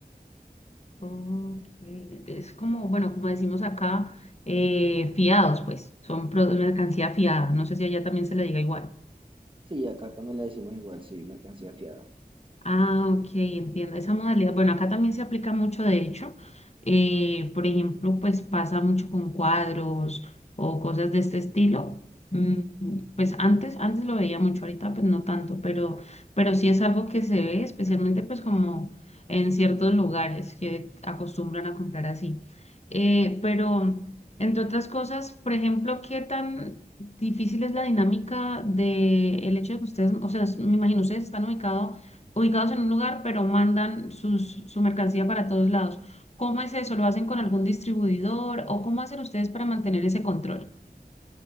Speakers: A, on the left; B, on the right.
A: Ok. Es como, bueno, como decimos acá, eh, fiados, pues, son pro- mercancía fiada. No sé si allá también se le diga igual.
B: Sí, acá también le decimos igual, sí, mercancía fiada.
A: Ah, ok, entiendo esa modalidad. Bueno, acá también se aplica mucho, de hecho. Eh, por ejemplo, pues pasa mucho con cuadros o cosas de este estilo. Mm, pues antes, antes lo veía mucho, ahorita pues no tanto, pero, pero sí es algo que se ve, especialmente pues como en ciertos lugares que acostumbran a comprar así. Eh, pero, entre otras cosas, por ejemplo, ¿qué tan difícil es la dinámica de el hecho de que ustedes, o sea, me imagino, ustedes están ubicados ubicados en un lugar, pero mandan sus, su mercancía para todos lados. ¿Cómo es eso? ¿Lo hacen con algún distribuidor o cómo hacen ustedes para mantener ese control?